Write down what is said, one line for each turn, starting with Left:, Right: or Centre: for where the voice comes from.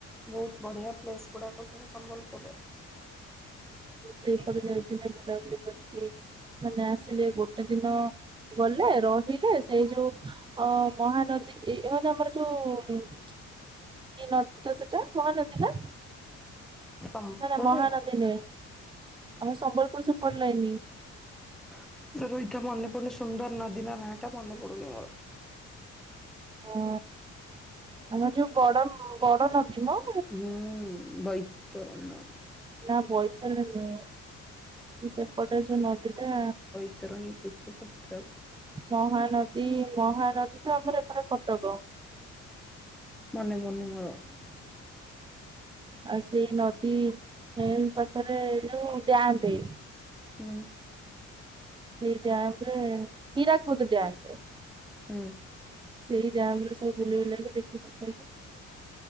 Centre: ବୋହୁତ୍ ବଢ଼ିଆ ପ୍ଲେସ୍ ଗୁଡ଼ାକ ସବୁ ସମ୍ବଲପୁରରେ।
Right: ସେଇପଟ ଯାଇଥିଲେ ବୁଲାବୁଲି କରିକି ମାନେ ଆସିଲେ ଗୋଟେ ଦିନ ଗଲେ ରହିଲେ ସେଇ ଯୋଉ ଅ ମହାନଦୀ ଏ ମାନ ଆମର ଯୋଉ କିଏ ନଦୀ ତ ସେଟା ମହାନଦୀ ନା?
Centre: ସମ୍ବଲପୁରରେ
Right: ନା ନା ମହାନଦୀ ନୁହେଁ। ଆମେ ସମ୍ବଲପୁର ସେ ପଟ ଲାଇନ୍।
Centre: <unintelligible> ତ ମନେ ପଡୁନି ସୁନ୍ଦର ନଦୀର ନାଁ ଟା ମନେ ପଡୁନି ମୋର।
Right: ଓ ଆମ ଯୋଉ ବଡ ବଡ ନଥିବ
Centre: ହୁଁ ବୈତରଣ।
Right: ନା ବୈତରଣୀ ନୁହେଁ। ସେପଟେ ଯୋଉ ନଦୀ ଟା
Centre: ବିତରଣୀ କୁଷ ପତ୍ର
Right: ମହାନଦୀ ମହାନଦୀ ତ ଆମର ଏପଟ କଟକ।
Centre: ମନେ ମନେ ମୋର
Right: ଆଉ ସେଇ ନଦୀ ପାଖରେ ଯୋଉ ଡ୍ୟାମ୍
Centre: ହୁଁ।
Right: ସେଇ ଡ୍ୟାମ୍ ରେ ହୀରା କୁଦ ଡ୍ୟାମ୍।
Centre: ହୁଁ।
Right: ସେଇ ଡ୍ୟାମ୍ ରେ ସବୁ ବୁଲି ବୁଲାକି ଦେଖି ଦୁଖାକି